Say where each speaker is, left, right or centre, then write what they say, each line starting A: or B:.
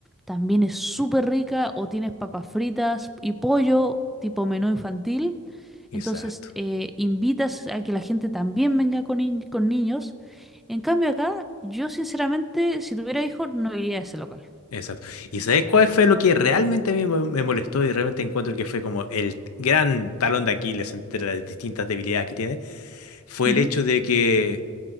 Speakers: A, in the centre; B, on the left (about 75°).
A: también es súper rica, o tienes papas fritas y pollo, tipo menú infantil, entonces
B: Exacto,
A: eh, invitas a que la gente también venga con, ni- con niños. En cambio acá, yo sinceramente, si tuviera hijos, no iría a ese local.
B: exacto. ¿Y sabes cuál fue lo que realmente a mí me me molestó y realmente encuentro que fue como el gran talón de Aquiles entre las distintas debilidades que tiene? fue
A: Ujú,
B: el hecho de que